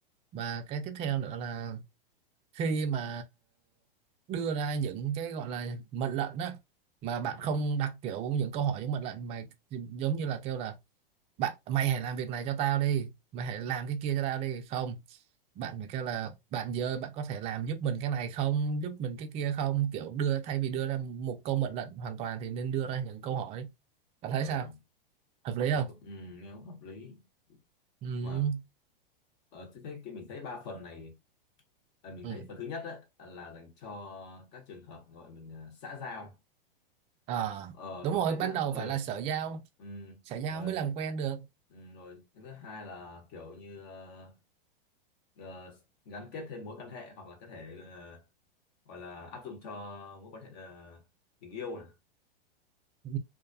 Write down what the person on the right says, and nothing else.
và cái tiếp theo nữa là khi mà đưa ra những cái gọi là mệnh lệnh á mà bạn
không đặt kiểu những câu hỏi giống mệnh lệnh mà giống như là kêu là bạn mày hãy làm việc này cho tao đi mày hãy làm cái kia cho tao đi không bạn phải kêu là bạn giờ bạn có thể làm giúp mình cái này không giúp mình cái kia không kiểu đưa thay vì đưa ra một câu mệnh lệnh hoàn toàn thì nên đưa ra những câu hỏi bạn thấy
sao hợp lý
không
ừ.
Ừ.
À,
đúng
rồi
ban
đầu
phải là xã giao
xã giao
mới làm quen được
ừ.